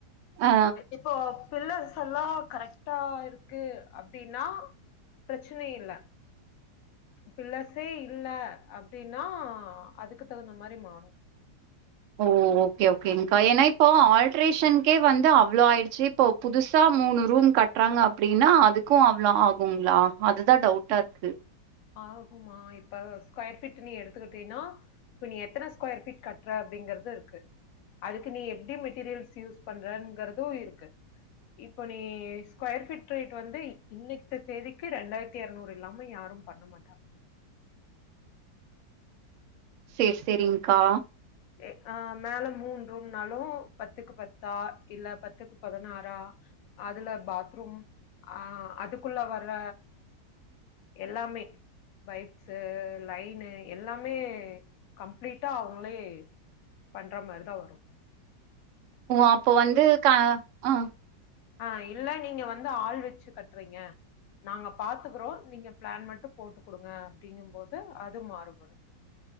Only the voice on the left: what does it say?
இப்போ பில்லர்ஸ் எல்லா கரெக்டா இருக்கு அப்டின்னா பிரச்சனை இல்ல பில்லர்சே இல்ல அப்டின்னா அதுக்கு தகுந்த மாரி மாறும்
ம்
ஆகுமா இப்ப ஸ்கொயர் ஃபீட் நீ எடுத்துக்கிட்டீன்னா இப்ப நீ எத்தன ஸ்கொயர் பீட் கட்ற அப்டிங்கறது இருக்கு அதுக்கு நீ எப்டி மெட்டீரியல்ஸ் யூஸ் பண்றங்கிறதும் இருக்கு இப்போ நீ ஸ்கொயர் ஃபீட் ரேட் வந்து இன்னைக்த்த தேதிக்கு ரெண்டாயிரத்தி இரநூறு இல்லாம யாரும் பண்ண மாட்டாங்க
எ ஆ மேல மூன்ரூம்னாலும் பத்துக்கு பத்தா இல்ல பத்துக்கு பதனாறா அதுல பாத்ரூம் ஆ அதுக்குள்ள வர்ற எல்லாமே பைப்ஸ் லைனு எல்லாமே கம்ப்ளீட்டா அவங்களே பண்ற மாரி தா வரும்
ஆ இல்ல நீங்க வந்து ஆள் வெச்சு கட்றீங்க நாங்க பாத்துக்குறோ நீங்க பிளான் மட்டு போட்டு குடுங்க அப்டிங்கும் போது அது மாறுபடு